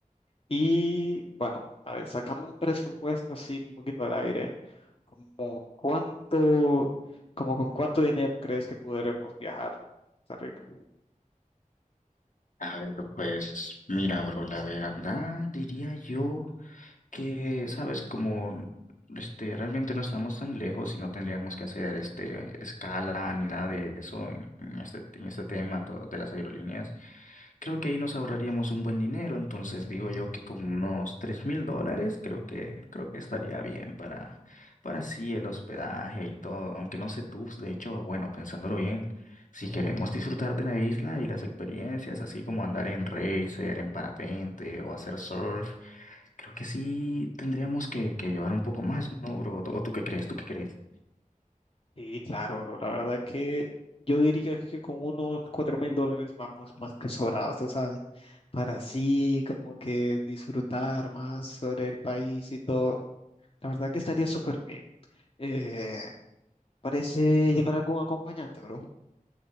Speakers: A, on the left; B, on the left.
A: y, bueno, a ver, sacando un presupuesto así un poquito al aire, como cuánto, como con cuánto dinero crees que podremos viajar a Costa Rica?
B: A ver, pues mira, bro, la verdad diría yo. que, sabes, como este, realmente no estamos tan lejos y no tendríamos que hacer este, escala ni nada de eso en, en este, en este tema to- de las aerolíneas, creo que ahí nos ahorraríamos un buen dinero. Entonces digo yo que con unos tres mil dólares creo que, creo que estaría bien para, para sí el hospedaje y todo. Aunque no sé tú, de hecho, bueno, pensándolo bien. Si queremos disfrutar de la isla y las experiencias, así como andar en racer, en parapente o hacer surf, Creo que sí tendríamos que, que llevar un poco más, ¿no, bro? ¿O tú qué crees? ¿Tú qué crees?
A: Y claro, bro, la verdad que yo diría que con unos cuatro mil dólares vamos más que sobrados, tú ¿sabes? Para así como que disfrutar más sobre el país y todo. La verdad que estaría súper bien. Eh, Parece llevar algún acompañante, bro.